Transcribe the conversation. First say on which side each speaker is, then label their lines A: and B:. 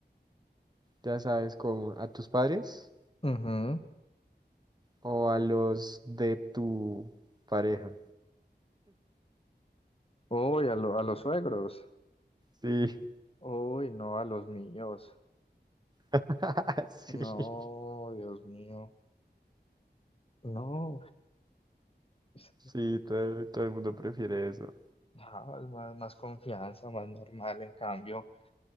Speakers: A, on the right; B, on the left.
A: ya sabes, como a tus padres
B: Ujú.
A: o a los de tu pareja?
B: Uy, a, lo- a los suegros.
A: Sí,
B: Uy, no, a los míos.
A: <laughs>
B: No,
A: sí,
B: Dios mío. No, pues,
A: sí, todo, todo el mundo prefiere eso.
B: no, es más, más confianza, más normal. En cambio,